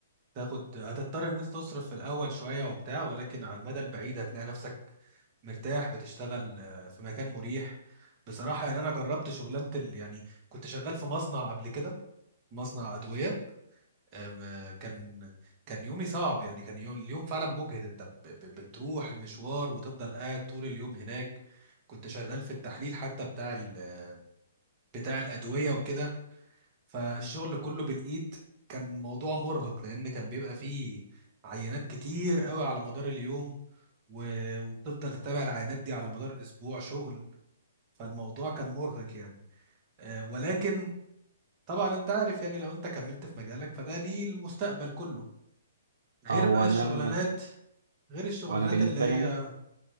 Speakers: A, on the right; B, on the right.
A: تاخد هتضطر ان انت تصرف في الاول شويه وبتاع ولكن على المدى البعيد هتلاقي نفسك مرتاح بتشتغل آه، في مكان مريح بصراحه يعني انا جربت شغلانه ال... يعني كنت شغال في مصنع قبل كده مصنع ادويه آم، آه، كان كان يومي صعب يعني كان يوم... اليوم فعلا مجهد انت ب... ب... بتروح المشوار وتفضل قاعد طول اليوم هناك كنت شغال في التحليل حتى بتاع ال... آه، بتاع الادويه وكده فالشغل كله بالايد كان موضوع مرهق لان كان بيبقى فيه عينات كتير قوي على مدار اليوم و- وبتفضل تتابع العينات دي على مدار اسبوع شغل فالموضوع كان مرهق يعني آه، ولكن طبعا انت عارف يعني لو انت كملت في مجالك فده ليه المستقبل كله غير
B: هو
A: بقى الشغلانات
B: انا المج...
A: غير الشغلانات
B: وانا بالنسبه
A: اللي هي
B: لي انا